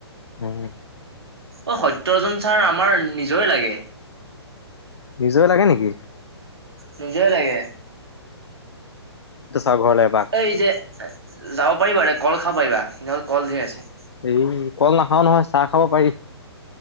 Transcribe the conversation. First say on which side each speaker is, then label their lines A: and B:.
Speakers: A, on the left; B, on the right.
A: উম
B: অ সত্যজন ছাৰ আমাৰ নিজৰে লাগে
A: নিজয় লাগে নেকি
B: নিজয়ে লাগে
A: ছাৰৰ ঘৰলে এপাক?
B: এই যে যাব পাৰিবা কল খাব পাৰিবা সিহ'লে কল ধেৰ আছে
A: এই কল নাখাওঁ নহয় চাহ খাব পাৰি